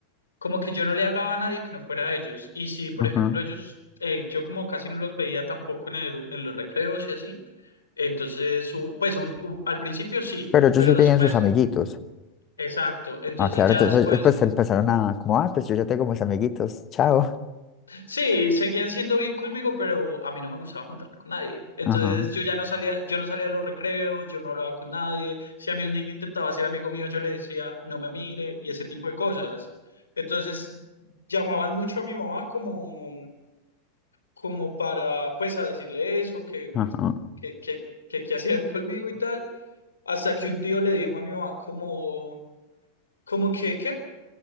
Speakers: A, on the left (about 75°); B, on the left (about 30°).
A: como que yo no le hablaba a nadie que no fuera a ellos. Y si, por
B: ajá.
A: ejemplo, ellos, eh, yo como casi no los veía tampoco en el, en los recreos y así. Entonces, u- pues un- u- al principio sí,
B: Pero ellos
A: pero
B: sí tenían
A: después,
B: sus amiguitos.
A: exacto. Entonces
B: Ah, claro,
A: ya
B: entonces
A: después
B: después empezaron a, como, ah, pues yo ya tengo mis amiguitos, chao.
A: Sí, seguían siendo bien conmigo, pero a mí no me gustaba juntarme con nadie. Entonces
B: Ajá,
A: yo ya no salía, yo no salía a los recreos, yo no hablaba con nadie. Si a mí un niño intentaba ser amigo mío, yo le decía, no me mire y ese tipo de cosas. Entonces llamaban mucho a mi mamá como, como para, pues, a decirle eso, que,
B: ajá.
A: pues, que, que, que, que hacían conmigo y tal. Hasta que un tío le dijo a mi mamá como, como que, ¿qué?